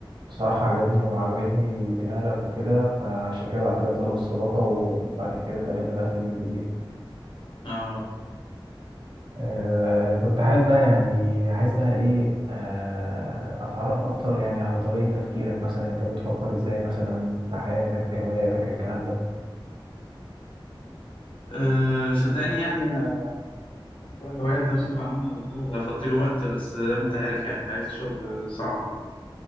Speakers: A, on the right; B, on the left.
A: بصراحه عجبني وعجبتني دماغك وكده فعشان كده بعت لك طلب الصداقه وبعد كده اتقابلنا بقى في الميتنج دي
B: اه
A: آه كنت حابب بقى يعني عايز بقى ايه آه اتعرف اكتر يعني على طريقة تفكيرك مثلا انت بتفكر ازاي مثلا في حياتك في هواياتك الكلام ده
B: أه صدقني يعني انا موضوع الهوايات ده بصفه عامه بحاول افضي له وقت بس زي ما انت عارف يعني حياه الشغل صعبه